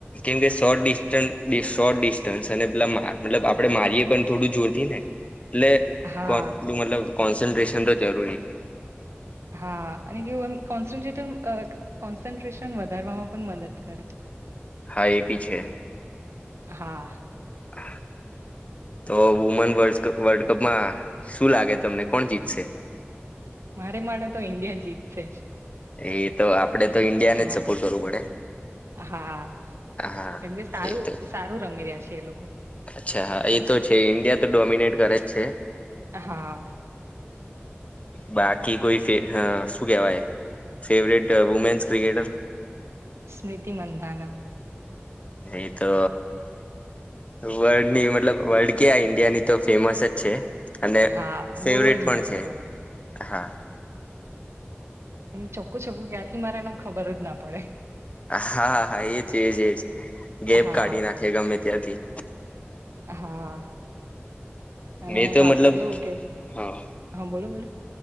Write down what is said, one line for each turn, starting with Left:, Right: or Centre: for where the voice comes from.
Left: કેમ કે શોર્ટ ડિ શોટ પ મતલબ આપડે મારીએે પણ થોડું જોરથી ને, એટલે
Right: હા
Left: કો એટલું મતલબ કોન્સન્ટ્રેશન તો જરૂરી છે.
Right: હા અને કેવું એમ કોન્સન્ટ્રેટર કોન્સન્ટ્રેશન વધારવામાં પણ મદદ કરે.
Left: હા, એ ભી છે
Right: હા
Left: <unintelligible> તો વુમેન વ વર્લ્ડ કપમાં શું લાગે તમને કોણ જીતશે?
Right: મારે માટે તો ઇન્ડિયા જીતશે જ
Left: એ તો આપડે તો ઈન્ડિયા ને
Right: હા
Left: જ સપોર્ટ કરવું પડે
Right: હા,
Left: હા
Right: કેમ ભ સારું
Left: એ તો
Right: સારું રમી રહ્યા છે, એ લોકો
Left: અચ્છા હા એ તો છે, ઇન્ડિયા તો ડોમિનેટ કરે જ છે
Right: હા
Left: બાકી કોઈ શું કેવાય favourite women's cricketer
Right: Smriti Mandhana
Left: એ તો વર્લ્ડ ની મતલબ વર્લ્ડ ક્યાં ઇન્ડિયા ની તો ફેમસ જ છે, અને
Right: હા
Left: ફેવટ
Right: બહુ જ
Left: પણ
Right: મસ્ત
Left: છે
Right: રમે
Left: હા
Right: એમ ચો્કખું છું ક્યાંથી મારે એને ખબર જ ના પડે
Left: હા, હા એજ એજ એજ ગેપ
Right: હા
Left: કાઢી નાખે ગમે ત્યાંથી
Right: હા, અને
Left: મેં
Right: હાલ
Left: મતલબ
Right: તો કેવું કે
Left: હા
Right: હા, બોલો બોલો